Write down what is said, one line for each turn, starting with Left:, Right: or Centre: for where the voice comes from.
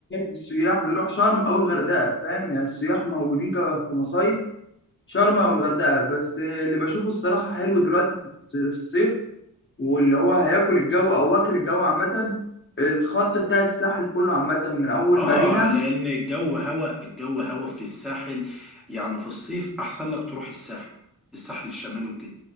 Left: السياح بيروح شرم أو الغردقة فاهم يعني السياح موجودين ك- كمصايف شرم أو الغردقة بس اللي بشوفه الصراحة حلو دلوقتي في الص- في الصيف واللي هو هياكل الجو أو واكل الجو عامة الخط بتاع الساحل كله عامة من أول
Centre: اه
Left: مارينا
Centre: لان الجو هوا الجو هوا في الساحل يعني في الصيف احسن لك تروح الساحل الساحل الشمالي وكده